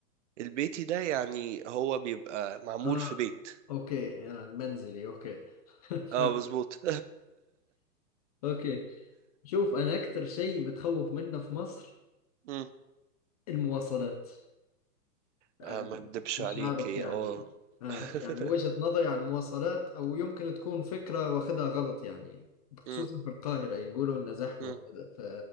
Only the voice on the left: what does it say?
ها
اوكي آه، منزلي اوكي <laughs>
فهمت
اوكي شوف انا اكثر شيء متخوف منه في مصر
المواصلات آه،
مش
عارف
يعني
آه
يعني وجهة نظري عن المواصلات او يمكن تكون فكرة واخدها غلط يعني خصوصا
في القاهرة يقولوا انها زحمة
وكذا ف